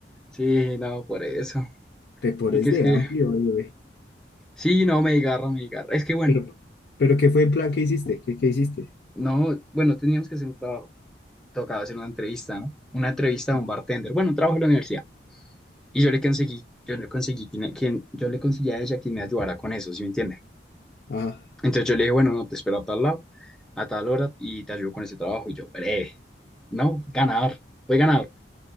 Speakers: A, in the centre; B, on the left.
A: sí, no, por eso.
B: te pones
A: Porque es
B: de
A: que,
B: amplio, bebé.
A: Sí, no, me desgarra, me desgarra. Es que bueno,
B: Pero, pero ¿qué fue el plan que hiciste? ¿Qué, qué hiciste?
A: no, bueno, teníamos que hacer un trabajo. Tocaba hacer una entrevista, ¿no? Una entrevista a
B: Ah,
A: un bartender. Bueno, un trabajo en la universidad. Y yo le conseguí, yo le conseguí quien, quien- yo le conseguí a ella quien me ayudara con eso, ¿sí me entiende?
B: Ajá.
A: Entonces yo le dije, bueno, no, te espero a tal lado, a tal hora y te ayudo con ese trabajo. Y yo, breve, no, ganador, fue ganador.